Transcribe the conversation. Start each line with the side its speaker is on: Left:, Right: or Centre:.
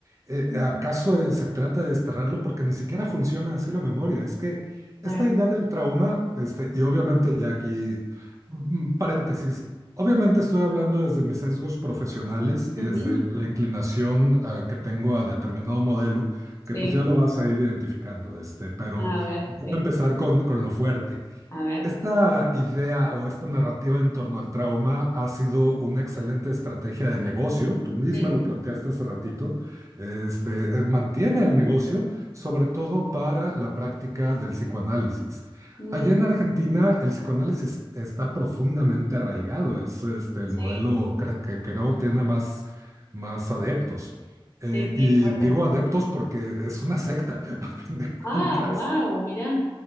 Right: Eh,
Left: Mm.
Right: ¿acaso eh, se trata de desterrarlo? Porque ni siquiera funciona así la memoria. Es que
Left: Claro.
Right: esta idea del trauma, este, y obviamente ya aquí, mm, mm, paréntesis, obviamente estoy hablando desde mis sesgos profesionales y
Left: Ujú.
Right: desde la inclinación, eh, que tengo a determinado modelo, que
Left: Sí,
Right: pues ya lo vas a ir identificando, este, pero
Left: a ver,
Right: voy
Left: sí,
Right: a empezar con, con lo fuerte.
Left: a ver.
Right: Esta idea o esta narrativa en torno al trauma ha sido una excelente estrategia de negocio. Tú misma
Left: Mm.
Right: lo planteaste hace ratito. Este, eh, mantiene el negocio, sobre todo para la práctica del psicoanálisis.
Left: Mm.
Right: Allá en Argentina, el psicoanálisis está profundamente arraigado. Es este, el
Left: Sí,
Right: modelo cre- que creo tiene más, más adeptos. Eh,
Left: sí, sí,
Right: y
Left: es fuerte.
Right: digo adeptos porque es una secta, <laughs> a fin de cuentas.
Left: Ah, wow, mirá.